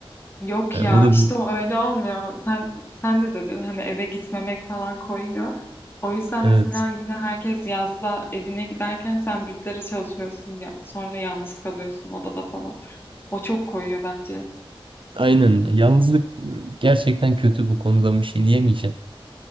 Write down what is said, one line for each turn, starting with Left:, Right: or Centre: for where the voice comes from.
Left: Yok
Right: E,
Left: ya
Right: o da
Left: işte
Right: bir
Left: o öyle olmuyor. Sen sen de dedin hani eve gitmemek falan koyuyor. O yüzden
Right: evet.
Left: mesela yine herkes yazda evine giderken sen bütlere çalışıyorsun ya sonra yalnız kalıyorsun odada falan. O çok koyuyor bence.
Right: Aynen. Yalnızlık e, gerçekten kötü bu konuda bir şey diyemeyeceğim.